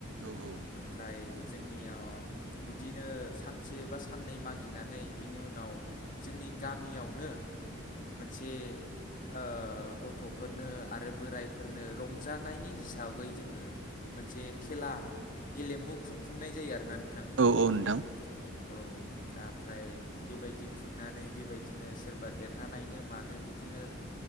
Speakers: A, on the right; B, on the left.
A: औ औ
B: ओमफ्राय जोंनियाव बिदिनो सानसे बा साननै मागिनानै बिनि उनाव जोंनि गामियावनो मोनसे ओ गथ' फोरनो आरो बोराइफोरनो रंजानायनि हिसाबै जोङो मोनसे खेला गेलेमु खुंफुंनाय जायो आरोना थां बेबायदिनो
A: औ औ नोंथां
B: औ दा ओमफ्राय बेबायदि खुंनानै बेबायदिनो सोरबा देरहानायनो मानो बिदिनो